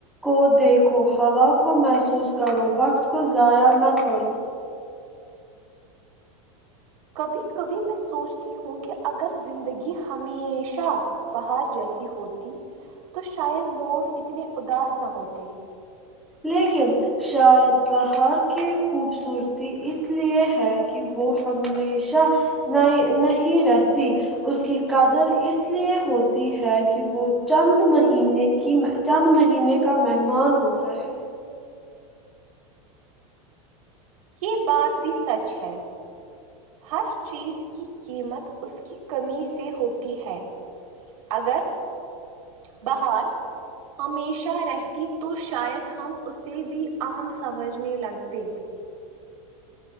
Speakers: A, in the centre; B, on the right (about 75°).
A: کو دیکھو ہوا کو محسو محسوس کرو وقت کو ضائع نہ کرو
B: کبھی کبھی میں سوچتی ہوں کہ اگر زندگی ہمیشہ باہر جیسی ہوتی تو شاید لوگ اتنے اداس نہ ہوتے
A: لیکن شاید باہر کی خوبصورتی اس لیے ہے کہ وہ ہمیشہ نہیں نہیں رہتی اس کی قدر اس لیے ہوتی ہے کہ وہ چند مہینے کہ میں چند مہینے کا مہمان ہوتا ہے
B: یہ بات بھی سچ ہے ہر چیز کی قیمت اس کی کمی سے ہوتی ہے اگر بہار ہمیشہ رہتی تو شاید ہم اسے بھی عام سمجھنے لگتے